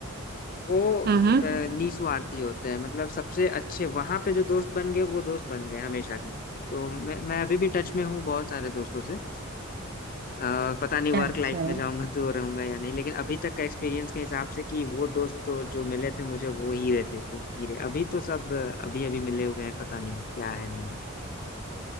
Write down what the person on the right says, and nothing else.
हम्म
हम्म
अच्छा